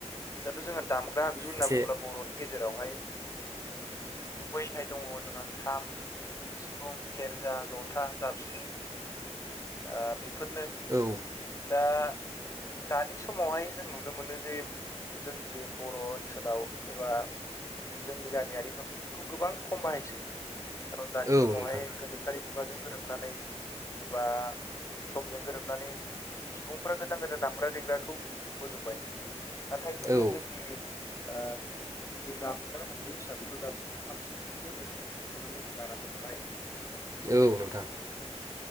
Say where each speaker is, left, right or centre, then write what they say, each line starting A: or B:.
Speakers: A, on the left; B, on the right.
A: दाथ' जोंहा दामग्रा आगजु होनना
B: एसे
A: बुंङोब्ला बर'नि गेजेरावहाय गुबैहाय दङ जोंहा खाम सिफुं सेरजा जथा जाबस्रिं ओ बेफोरनो
B: औ
A: दा दानि समावहाय जों नुनो मोनो जे जोंनि बर' ओनसोलाव एबा जोंनि गामियारिफ्रा बेफोरखौ गोबां खम बाहायसै खारन दानि
B: औ
A: समावहाय
B: नोंथां
A: गोनोखोयारि मु मुगाजों गोरोबनानै एबा समजों गोरोबनानै सुबुंफ्रा गोदान-गोदान दामग्रा फेग्राखौ बोजोबबाय नाथाय जोङो
B: औ
A: जोंनि ओ <inaudible> दामग्रा आगजु हिसाबैथ' दासिमबो खाम सिफुं <inaudible> जोङो बोजबनानै दं गाराखै नालाय
B: औ
A: दा
B: नोंथां।